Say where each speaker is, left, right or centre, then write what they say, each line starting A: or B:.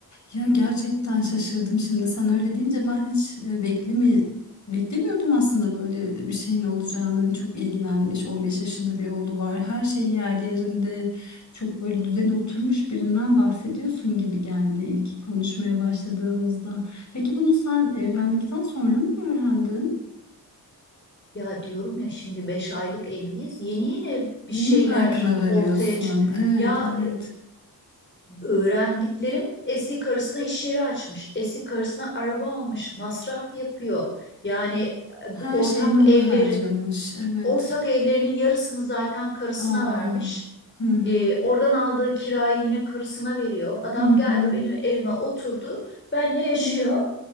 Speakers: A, on the left; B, on the left.
A: Ya gerçekten şaşırdım şimdi sen öyle deyince ben hiç e, beklemi beklemiyordum aslında böyle bir şeyin olacağını. Hani Çok ilgilenmiş 15 yaşında bir oğlu var. Her şey yerli yerinde çok böyle düzene oturmuş birinden bahsediyorsun gibi geldi ilk konuşmaya başladığımızda. Peki bunu sen evlendikten sonra mı öğrendin?
B: Ya diyorum ya şimdi 5 aylık evliyiz. Yeni yeni bir
A: Yeni
B: şeyler
A: farkına varıyorsun.
B: ortaya çık.
A: Evet,
B: Ya
A: evet.
B: Öğrendiklerim eski karısına iş yeri açmış, eski karısına araba almış, masraf yapıyor. Yani e,
A: Her
B: ortak
A: şeyini ona
B: evleri,
A: harcamış. Evet.
B: ortak evlerinin yarısını zaten karısına
A: Aa.
B: vermiş.
A: Hı hı.
B: E, oradan aldığı kirayı yine karısına veriyor. Adam
A: Hı hı.
B: geldi benim evime oturdu, benle yaşıyor.
A: Ya.